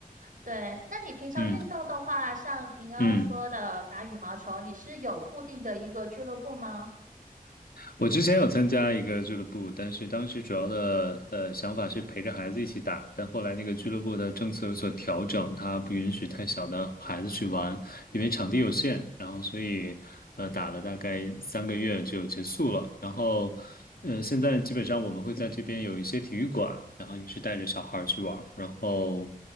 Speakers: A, on the right; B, on the left.
A: 对，那你平常运动的话，
B: 嗯
A: 像您刚刚说的打羽毛球，
B: 嗯。
A: 你是有固定的一个俱乐部吗？
B: 我之前有参加一个俱乐部，但是当时主要的呃想法是陪着孩子一起打，但后来那个俱乐部的政策有所调整，它不允许太小的孩子去玩，因为场地有限，然后所以呃打了大概三个月就结束了，然后嗯，现在基本上我们会在这边有一些体育馆，然后也是带着小孩儿去玩儿然后。